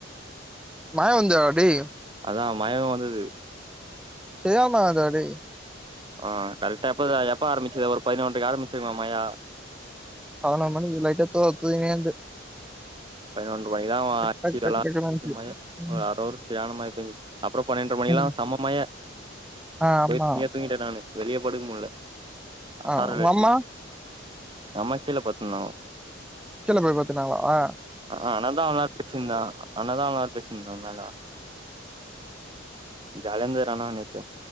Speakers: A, in the centre; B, on the right.
A: மாய வந்து அடேய்
B: அதா மய வந்தது
A: சயாமாங்கடேய்
B: ஆ கரெக்டா எப்ப எப்ப ஆரம்பிச்சது ஒரு பதினொன்றைக்கு ஆரம்பிச்சிருங்கமையா
A: பதுனொ மணி லைடா தோ தூரின்னே அந்து
B: பதினொன்று மணிதா ஆச்சு
A: டக்
B: வெளா
A: டக்
B: ச்சுட்டு
A: டக்னு வந்துச்சு
B: மய
A: ம்
B: ஒரு அரவரு சய்யான மழ பேஞ்சது அப்புறோ பன்னெண்டர மணியெல்லா
A: ம்
B: சம மய்ய
A: ஆ ஆமா
B: போய் தன்யா தூங்கிட்ட நானு வெளியே படுக் முல்ல அ
A: ஆ
B: சாரல்
A: உங்க
B: லட்டி
A: அம்மா
B: அம்மா கீழே பத்துந்தாங்கோ
A: கீழ போய் பத்துனாங்களா
B: ஆ அனால்தா அவ்ள பேசிந்த ஆனா தா அவ்ளா பேசிருந்தே மேல ஜாலியா ந்துதடா ஆனா நேத்து